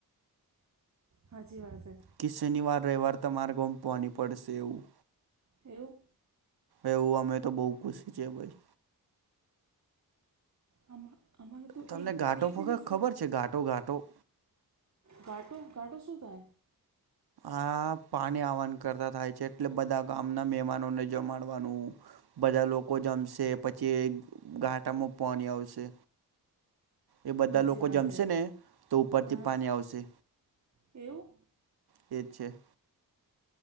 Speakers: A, on the right (about 45°); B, on the right (about 80°).
A: હાચી વાત હે.
B: કે શનિવાર રવિવાર તમારે ગોમ પાની પડશે એવું.
A: એવું?
B: એવું અમે તો બઉુ ખુશી છીએ ભાઈ
A: આ અમારો તો
B: તમને
A: એક
B: ઘાટો
A: એક
B: વગર
A: દિવસ થોડ
B: ખબર છે ઘાટો ઘાટો
A: ઘાટો ઘટો સો થય
B: આ પાણી આવવાન કરતા થાય છે એટલે બધા ગામના મહેમાનોને જમાડવાનું બધા લોકો જમશે પછી ઘાટામાં પાણી આવશે એ બધા
A: હાચી
B: લોકો
A: વાત
B: જમશે
A: હે
B: ને તો ઉપરથી
A: હા
B: પાણી આવશે
A: એવું
B: એ જ છે